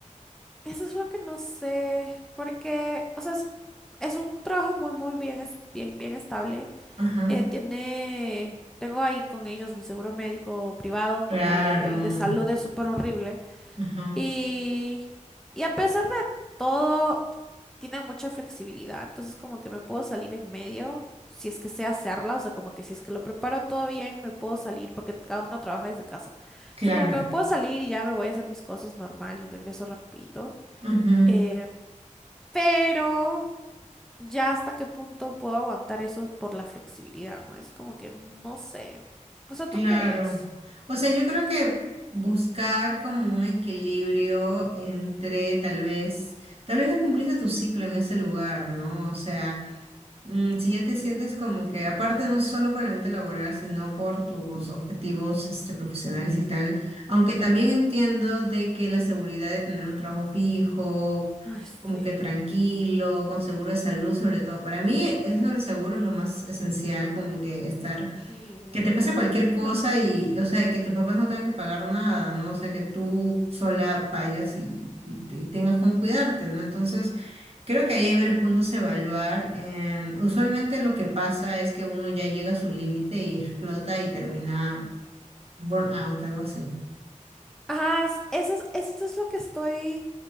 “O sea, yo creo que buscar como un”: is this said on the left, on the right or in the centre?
Right